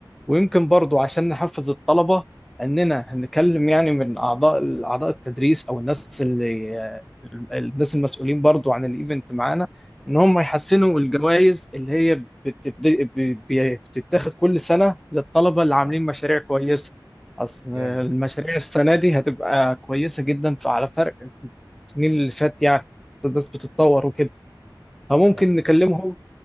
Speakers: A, in the centre; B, on the right.
A: ويمكن برضو عشان نحفز الطلبة أننا هنتكلم يعني من أعضاء أعضاء التدريس أو الناس اللي الناس المسؤولين برضو عن الإيفنت معانا إن هم يحسنوا الجوائز اللي هي بتبد... بي- بتتاخد كل سنة للطلبة اللي عاملين
B: صح
A: مشاريع كويسة أصل
B: جامد
A: المشاريع السنة دي هتبقى كويسة جدا فعلى فرق السنين اللي فات يعني أصل الناس بتتطور وكده فممكن
B: صح
A: نكلمهم